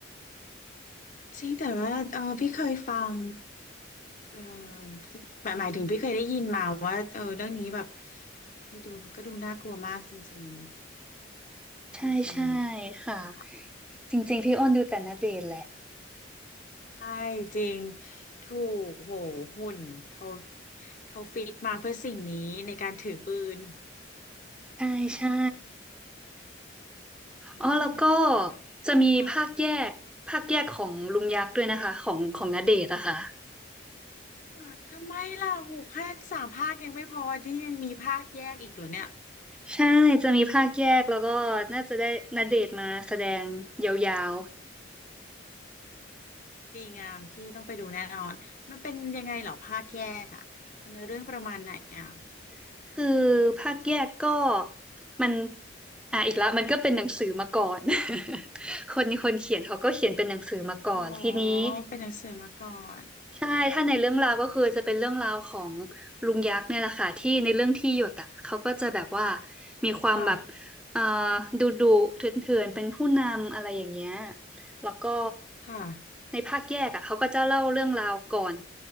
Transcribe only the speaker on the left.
จริงแต่ว่าเออพี่เคยฟังเออหมายหมายถึงพี่เคยได้ยินมาว่าเออเรื่องนี้แบบเคยดูก็ดูน่ากลัวมากจริง
ๆจริงๆน่ากลัว
ใช่จริงถูกโหหุ่นเขาเขาฟิตมาเพื่อสิ่งนี้ในการถือปืน
อืม
แล้ว
ค่ะอ่าทำไมล่ะโหแค่สามภาคยังไม่พอนี่ยังมีภาคแยกอีกเหรอเนี่ย
ดีงามพี่ต้องไปดูแน่นอนมันเป็นยังไงเหรอภาคแยกอ่ะเนื้อเรื่องประมาณไหนอ่ะ
อ๋อเป็นหนังสือมาก่อน
ค่ะ
ค่ะ